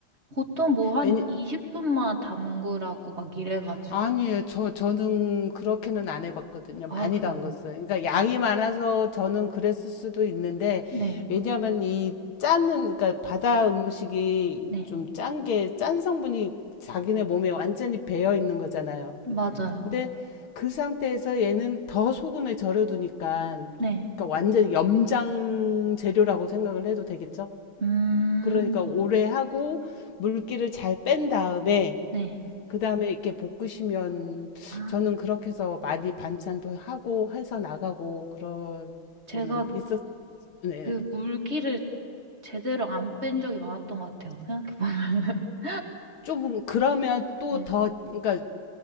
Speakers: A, on the right; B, on the left.
A: 보통 뭐 한
B: 왜냐,
A: 20분만 담그라고 막 이래가지고.
B: 아니에요. 저, 저는 그렇게는 안 해봤거든요.
A: 아,
B: 많이
A: 그래요.
B: 담갔어요. 그러니까 양이 많아서 저는 그랬을 수도 있는데,
A: 네.
B: 왜냐하면 이 짜는, 그러니까 바다 음식이
A: 네.
B: 좀 짠 게, 짠 성분이 자기네 몸에 완전히 배어 있는 거잖아요.
A: 맞아요.
B: 근데 그 상태에서 얘는 더 소금에 절여두니까,
A: 네.
B: 그러니까 완전 염장 재료라고 생각을 해도 되겠죠?
A: 음,
B: 그러니까 오래 하고 물기를 잘 뺀 다음에
A: 네.
B: 그 다음에 이렇게 볶으시면
A: 아,
B: 저는 그렇게 해서 많이 반찬도 하고 해서 나가고 그러고는
A: 제가
B: 있었, 네.
A: 그
B: 네.
A: 물기를 제대로 안 뺀 적이 많았던 것 같아요. 생각해보면. <laughs>
B: 좀 그러면 또
A: 네.
B: 더, 그러니까